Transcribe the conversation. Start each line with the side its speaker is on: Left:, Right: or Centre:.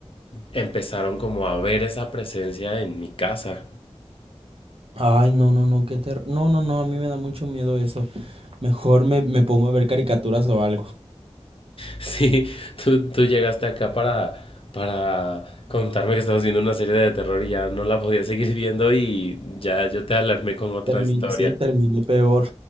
Left: empezaron como a ver esa presencia en mi casa. <laughs>
Right: Ay, no, no, no, qué ter... No, no, no, a mí me da mucho miedo eso. Mejor me, me pongo a ver caricaturas o algo.
Left: Sí, tú, tú llegaste acá para, para contarme que estabas viendo una serie de terror y ya no la podía seguir viendo y ya yo te alarmé con otra
Right: Termi-
Left: historia.
Right: sí, terminé peor.